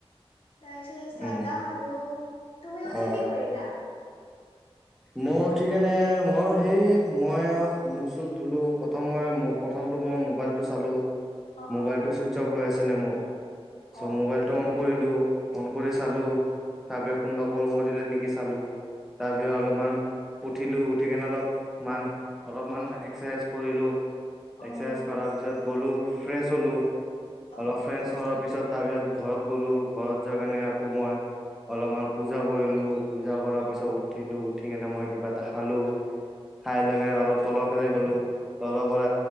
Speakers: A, on the left; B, in the centre.
A: তাৰপিছত চাহ
B: উম
A: তাহ খালোঁ। তুমি উঠি
B: অ
A: কি কৰিলা?
B: মোও উঠি কেনে মইও সেই মই আৰু মোক চুখ ধোলো, প্ৰথম মই মুখ প্ৰথমতো মই মোবাইলটো চালোঁ।
A: অ
B: মোবাইলটো
A: অ
B: চুইচ অফ হৈ আছিলে মোৰ,
A: অ
B: ত' মোবাইলটো অন কৰিলোঁ, অন কৰি চালোঁ তাৰপিছত
A: অ
B: কোনোবা কল কৰিলে নেকি চালোঁ, তাৰপিছত
A: অ অ অ
B: অলপ উঠিলো উঠি কেনে অলপ মান অলপমান এক্সাৰচাইজ কৰিলোঁ। এক্সাৰচাইজ
A: অ
B: কৰাৰ পিছত গ'লোঁ, ফ্ৰেচ হ'লো,
A: অ
B: অলপ ফ্ৰেচ চৰাৰ পিছত তাৰ পিছত ঘৰত গ'লো ঘৰত যাই কেনে আকৌ মই অলপমান পূজা কৰিলো পূজা কৰাৰ পিছত উঠিলো উঠিকেনে মই কিবা এটা খালো খাই লৈ কেনে অলপ তলৰফালে গ'লো তলৰ পৰা